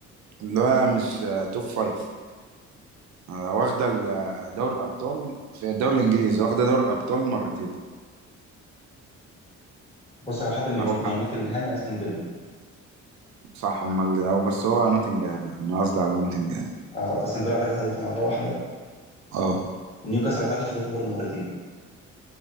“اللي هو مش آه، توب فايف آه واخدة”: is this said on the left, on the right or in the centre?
Right